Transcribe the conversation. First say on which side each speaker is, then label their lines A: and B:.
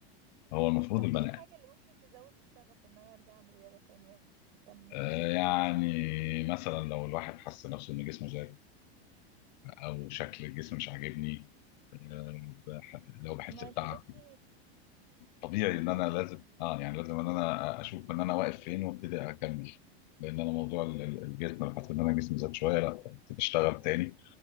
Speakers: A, on the left; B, on the right.
A: هو المفروض
B: طب
A: البني
B: ايه الحاجة اللي ممكن تزود الشغف ان انا ارجع اعمل رياضة تاني واهتم
A: آه،
B: بصحتي
A: يعني
B: وجسمي وكده
A: مثلا لو الواحد حس نفسه ان جسمه زاد او شكل الجسم مش عاجبني آه، بح- لو بحس
B: ما
A: بتعب
B: الحاجات دي
A: طبيعي
B: ممكن
A: ان انا لازم اه يعني لازم ان انا اشوف ان انا واقف فين وابتدي اكمل لان انا موضوع ال- ال- الجسم لو حسيت ان انا جسمي زاد شويه لا ابتدي اشتغل تاني